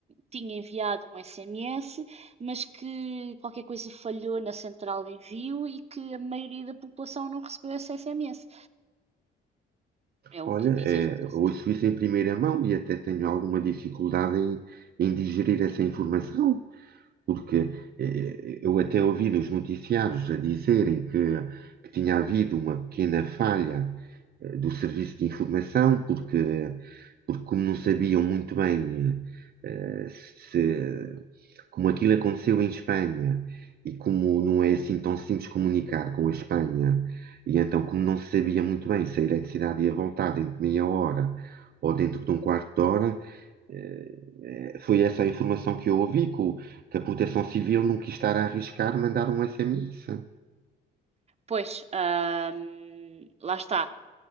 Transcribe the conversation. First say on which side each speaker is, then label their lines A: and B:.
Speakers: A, on the right; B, on the right.
A: tinha enviado um SMS, mas que qualquer coisa falhou na central de envio e que a maioria da população não recebeu esse SMS. É o
B: Olha,
A: que dizem
B: é,
A: as notícias.
B: ouço isso em primeira mão e até tenho alguma dificuldade em, em digerir essa informação, porque eh, eu até ouvi nos noticiários a dizerem que, que tinha havido uma pequena falha eh, do serviço de informação, porque, porque como não sabiam muito bem eh, se, como aquilo aconteceu em Espanha e como não é assim tão simples comunicar com a Espanha, e então como não se sabia muito bem se a eletricidade ia voltar dentro de meia hora ou dentro de um quarto de hora, eh, foi essa a informação que eu ouvi, que, o- que a Proteção Civil não quis estar a arriscar mandar um SMS.
A: Pois, ah, lá está.